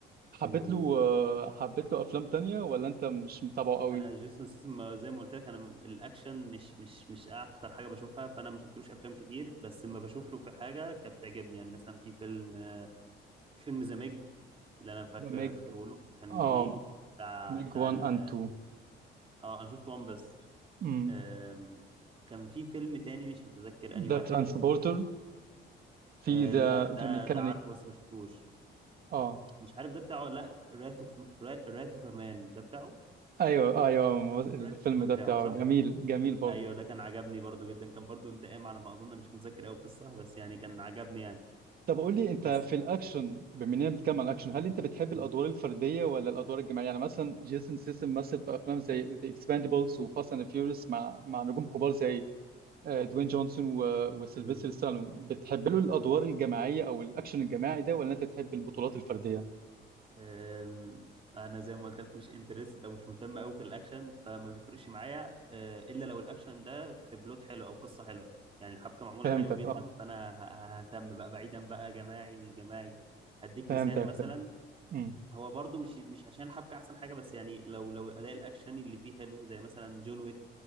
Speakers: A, on the right; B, on the right.
A: حبيت
B: وانا
A: له آه، حبيت له افلام تانية ولا انت مش متابعه قوي
B: جيسون ستاثام زي ما قلت لك انا م- الاكشن مش مش مش اكتر حاجه بشوفها فانا ما شفتلوش افلام كتير بس لما بشوف له في حاجه كانت بتعجبني يعني مثلا في فيلم آه، فيلم ذا ميج اللي انا فاكر
A: ذا ميج
B: فاكره له كان
A: اه
B: جميل بتاع
A: ميج
B: بتاع
A: 1
B: ال...
A: اند 2
B: اه انا شفت وان بس
A: امم
B: آم، كان في فيلم تاني مش متذكر انهي
A: ذا
B: واحد
A: ترانسبورتر في
B: آه
A: ذا
B: لا ده
A: ذا ميكانيك
B: ده عارفه بس ما شفتوش
A: اه
B: مش عارف ده بتاعه ولا لا راث اوف راث اوف امان ده بتاعه
A: ايوه ايوه الفيلم
B: راث اوف امان
A: ده
B: بتاعه
A: بتاعه
B: صح
A: جميل جميل برضه
B: ايوه ده كان عجبني برضو جدا كان برضو انتقام على ما اظن مش متذكر قوي القصه بس يعني كان عجبني يعني
A: طب قول لي انت
B: بس
A: في الاكشن بما اننا بنتكلم عن الاكشن هل انت بتحب
B: مم.
A: الادوار الفرديه ولا الادوار الجماعيه يعني مثلا جيسون سيسم مثل في افلام زي ذا اكسباندبلز وفاست اند فيوريوس مع مع نجوم كبار زي آه، دوين جونسون و- وسيلفستر
B: مم.
A: ستالون بتحب له الادوار الجماعيه او الاكشن الجماعي ده ولا انت تحب البطولات الفرديه
B: أم، انا زي ما قلت لك مش انترستد او مش مهتم قوي في الاكشن فما بيفرقش معايا أه، الا لو الاكشن ده في بلوت حلو او قصه حلوه يعني الحبكه معموله
A: فهمتك
B: حلو جدا
A: اه
B: فانا ه- ههتم بقى بعيدا بقى جماعي مش جماعي هديك
A: فهمتك
B: مثال مثلا
A: فهمتك امم
B: هو برضو مش مش عشان الحبكه احسن حاجه بس يعني لو لو اداء الاكشن اللي فيه حلو زي مثلا جون ويك